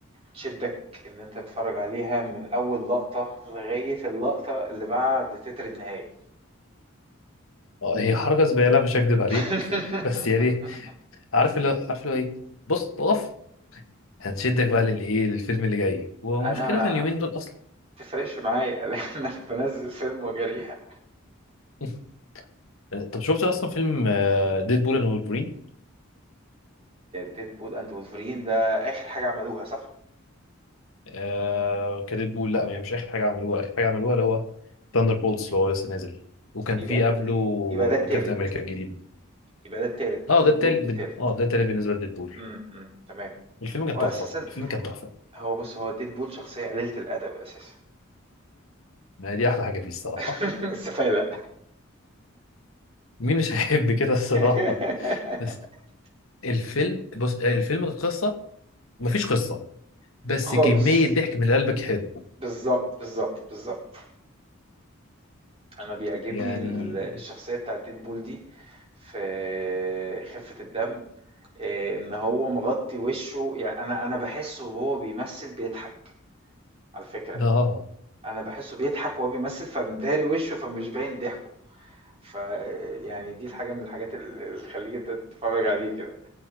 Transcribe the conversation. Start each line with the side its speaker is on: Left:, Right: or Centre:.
Right: تشدك ان انت تتفرج عليها من اول لقطة لغاية اللقطة اللي بعد تتر النهاية
Left: آه هي حركه زباله مش هكدب
Right: <laughs>
Left: عليك <laughs> بس يعني عارف اللي عارف اللي هو ايه بص اقف هنشدك بقى للايه للفيلم اللي جاي ومشكله
Right: انا
Left: اليومين دول اصلا
Right: ما تفرقش معايا لان انا بنزل فيلم وجريها
Left: <laughs> طب شفت اصلا فيلم آه ديدبول اند وولفرين؟
Right: ديدبول اند وولفرين ده اخر حاجة عملوها صح
Left: آه كديدبول لا هي مش اخر حاجه عملوها اخر حاجه عملوها اللي هو ثاندر بولتس اللي هو لسه نازل وكان
Right: يبقى
Left: في قبله
Right: يبقى ده
Left: آه،
Right: التالت
Left: كابتن امريكا الجديد
Right: يبقى ده التالت
Left: اه
Right: ديدبول
Left: ده التالت
Right: التالت
Left: بن... اه ده التالت بالنسبه لديدبول
Right: امم أمم، تمام
Left: الفيلم كان
Right: هو
Left: تحفه
Right: أساسًا
Left: الفيلم كان تحفه
Right: هو بُص، هو Deadpool شخصية قليلة الأدب أساسًا
Left: ما هي دي احلى حاجه فيه الصراحه
Right: <laughs> السفالة
Left: مين مش <laughs> هيحب كده الصراحه
Right: <laughs>
Left: بس الفيلم بص آه، الفيلم القصه مفيش قصه بس
Right: خالص.
Left: كميه ضحك من قلبك حلو
Right: بالضبط، بالضبط، بالضبط. أنا بيعجبني
Left: يعني
Right: ال الشخصية بتاعة Deadpool دي في خفة الدم، آآ إن هو مغطّي وِشّه يعني أنا أنا باحسّه وهو بيمثّل بيضحك على فكرة،
Left: اه آه، آه.
Right: أنا باحسّه بيضحك وهو بيمثّل فمداري وِشّه فمش باين ضحكه، فيعني دي الحاجة من الحاجات ال اللي تخلّيك أنت تتفرّج عليه كده.